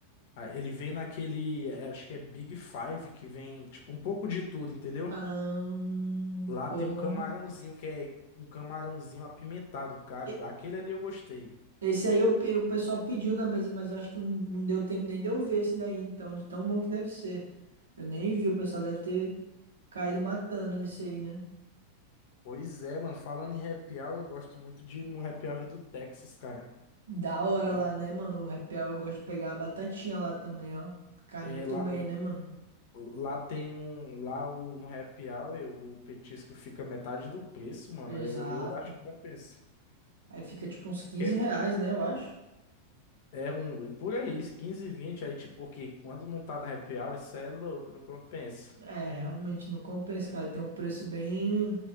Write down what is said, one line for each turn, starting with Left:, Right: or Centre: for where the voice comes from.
Left: Ah, ele vem naquele, é, acho que é Big Five, que vem, tipo, um pouco de tudo, entendeu?
Right: Ah,
Left: Lá
Right: porra.
Left: tem um camarãozinho que é um camarãozinho apimentado, cara.
Right: E-
Left: o- Aquele ali eu gostei.
Right: Esse aí eu, eu- o pessoal pediu na mesa, mas eu acho que não, não deu tempo nem de eu ver esse daí, então, de tão bom que deve ser. Eu nem vi, o pessoal deve ter caído matando nesse aí, né?
Left: Pois é, mano, falando em happy hour, eu gosto muito de ir no happy hour do Texas, cara.
Right: Da hora
Left: Já,
Right: lá, né, mano? O repel eu gosto de pegar a batatinha lá também, ó. Cai
Left: é
Right: muito
Left: lá,
Right: bem, né, mano?
Left: Lá tem um. Lá o, no Happy Hour, o petisco fica metade do preço, mano.
Right: Exato.
Left: Aí eu, eu acho que compensa.
Right: Aí fica tipo uns 15
Left: Porque
Right: reais, né, eu acho.
Left: é um. Por aí, 15, 20 Aí, tipo, porque quando não tá no Happy Hour, isso é louco, não compensa.
Right: É, realmente não compensa, cara. Tem um preço bem,